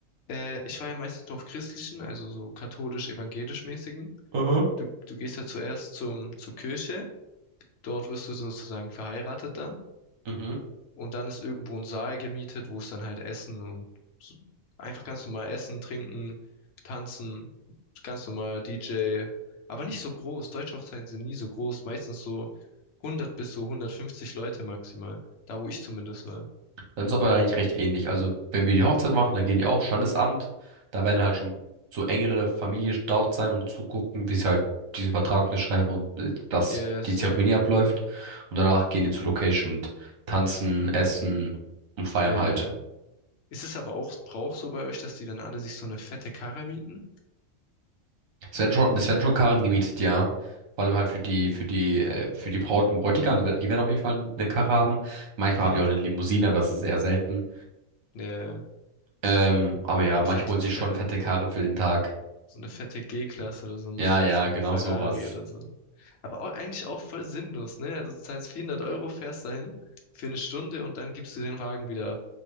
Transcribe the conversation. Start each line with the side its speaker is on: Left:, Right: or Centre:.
Left: Äh, ich war ja meistens nur auf christlichen, also so katholisch-evangelisch-mäßigen.
Right: Aha.
Left: Du, du gehst ja zuerst zum, zur Kirche, dort wirst du sozusagen verheiratet dann
Right: Mhm.
Left: und dann ist irgendwo ein Saal gemietet, wo es dann halt Essen und so, einfach ganz normal Essen, Trinken, Tanzen, ganz normal DJ, aber nicht so groß. Deutsche Hochzeiten sind nie so groß, meistens so 100 bis so 150 Leute maximal, da wo ich zumindest war.
Right: Dann ist aber eigentlich recht ähnlich. Also, wenn wir die Hochzeit machen, dann gehen die auch Standesamt. Da werden halt schon so engere Familie dort sein und zugucken, wie sie halt diesen Vertrag unterschreiben und äh, dass
Left: Yeah, same.
Right: die Zeremonie abläuft. Und danach gehen die zur Location und tanzen, essen und feiern
Left: Yeah.
Right: halt.
Left: Ist es aber auch Brauch so bei euch, dass die dann alle sich so eine fette Karre mieten?
Right: Es werden schon, es werden schon Karren gemietet, ja. Vor allem halt für die, für die, äh, für die Braut und Bräutigam, die werden auf jeden Fall eine Karre haben. Manchmal
Left: Mhm.
Right: haben die auch eine Limousine, aber das ist eher selten.
Left: Ja, ja.
Right: Ähm, aber ja,
Left: eine
Right: manche
Left: fette,
Right: holen sich
Left: fe
Right: schon fette Karren für den Tag.
Left: So eine fette G-Klasse oder so einen
Right: Ja,
Left: sch-
Right: ja,
Left: fetten
Right: genau
Left: Ferrari
Right: sowas.
Left: oder so. Aber auch, eigentlich auch voll sinnlos, ne? Also du zahlst 400 Euro, fährst dahin für eine Stunde und dann gibst du den Wagen wieder ab.